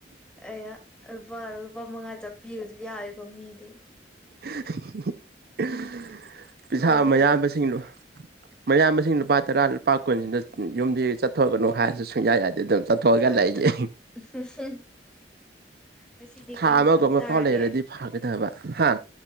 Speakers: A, in the centre; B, on the right.
A: ꯑꯩꯌꯥ ꯂꯨꯄꯥ ꯂꯨꯄꯥ ꯃꯉꯥ ꯆꯠꯄꯤꯒꯁꯨ ꯌꯥꯎꯋꯦꯀꯣ ꯃꯤꯗꯤ
B: <unintelligible> ꯄꯩꯁꯥ
A: ꯄꯥꯏꯖꯗ꯭ꯔꯦ
B: ꯃꯌꯥꯕꯁꯤꯡꯗꯣ
A: ꯄꯩꯁꯥꯒ
B: ꯃꯌꯥꯝꯕꯁꯤꯡ ꯂꯨꯄꯥ ꯇꯔꯥ ꯂꯨꯄꯥ ꯀꯨꯟꯁꯤꯡꯗꯣ ꯌꯨꯝꯗꯒꯤ ꯆꯠꯊꯣꯛꯀꯅꯨ ꯍꯥꯏꯔꯁꯨ ꯁꯨꯡꯌꯥ ꯌꯥꯗꯦ ꯑꯗꯨꯝ ꯆꯠꯊꯣꯛꯑꯒ
A: ꯑꯗ
B: ꯂꯩꯌꯦ
A: <unintelligible> ꯉꯁꯤꯗꯤ
B: ꯊꯥ
A: ꯀꯩ ꯍꯤꯟꯖꯥꯡ
B: ꯑꯃꯒꯨꯝꯕ
A: ꯇꯥꯔꯒꯦ
B: ꯐꯥꯎ ꯂꯩꯔꯗꯤ ꯐꯒꯗꯕ ꯍꯥ